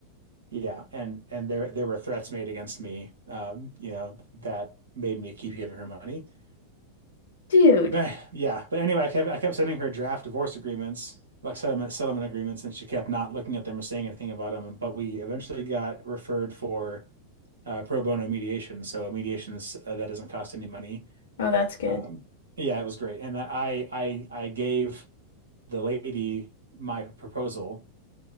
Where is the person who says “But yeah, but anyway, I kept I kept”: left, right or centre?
Right